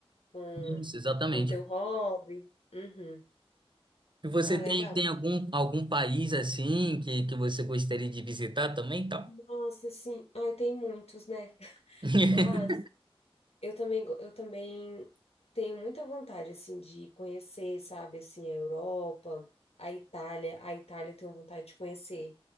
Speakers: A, on the left (about 80°); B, on the right (about 50°).
A: com
B: Isso, exatamente.
A: com teu hobby. Uhum.
B: E você
A: Ah, legal.
B: tem, tem algum, algum país assim que, que você gostaria de visitar também, tal?
A: Nossa, sim. ai, tem muitos, né? <laughs>
B: <laughs>
A: Mas Eu também, go- eu também tenho muita vontade, assim, de conhecer, sabe, assim, a Europa, a Itália. A Itália eu tenho vontade de conhecer